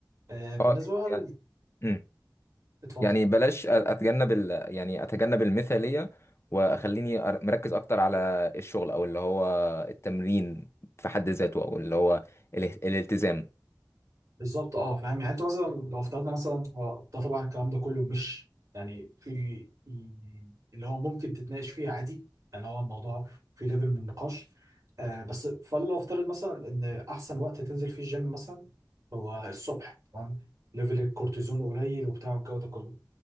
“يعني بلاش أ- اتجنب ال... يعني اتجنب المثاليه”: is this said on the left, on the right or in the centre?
Left